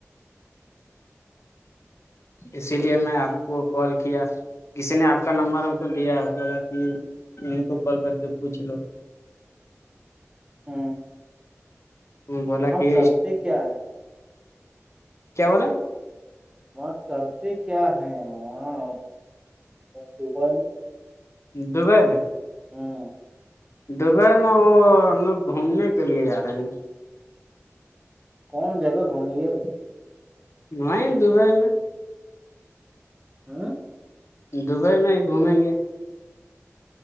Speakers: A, on the left (about 60°); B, on the right (about 15°).
A: اسی لیے میں آپ کو کال کیا کسی نے آپ کا نمبر ہم کو دیا اس بولا کہ انیں کو کال کر کے پوچھ لو
B: ہاں
A: بولا کہ
B: کرتے کیا ہے
A: کیا بلا
B: وہاں کرتے کیا ہیں وہاں دبئی میں
A: دبئی میں
B: ہاں
A: دبئی میں وہ ہم لوگ گھومنے کے لیے جا رہے ہیں
B: کون جگہ گھومے گ
A: نہیں دبئی میں
B: ہاں
A: دبئی میں ہی گھومیں گے